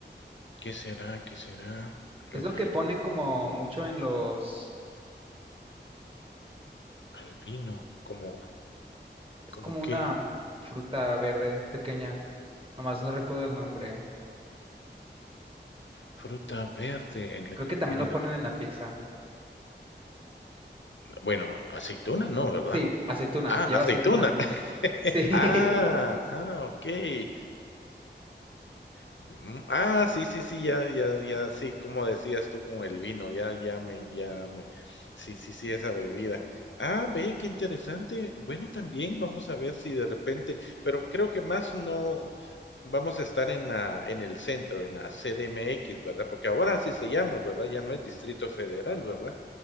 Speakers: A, on the left; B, on the right.
A: ¿qué será, qué será
B: es
A: lo
B: lo
A: que
B: que
A: le
B: ponen como mucho en los,
A: al vino? ¿Como
B: es
A: como
B: como
A: qué
B: una fruta verde pequeña, nomás no recuerdo el nombre.
A: fruta verde en la
B: Creo
A: que
B: que
A: le
B: también
A: ponen
B: lo ponen
A: a
B: en la pizza.
A: bueno, aceituna no, ¿verdad?
B: Sí, aceituna,
A: Ah,
B: lleva
A: aceituna.
B: aceituna.
A: <laughs>
B: Sí, <laughs>
A: Ah, ah, okey. Mm, ah, sí, sí, sí, ya, ya, ya, sí, como decías tú con el vino, ya, ya me, ya me, sí, sí, sí, esa bebida. Ah, ve, qué interesante. Bueno, también vamos a ver si de repente, pero creo que más no vamos a estar en la, en el centro, en la CDMX, ¿verdad? Porque ahora así se llama, ¿verdad? Ya no es Distrito Federal, ¿verdad?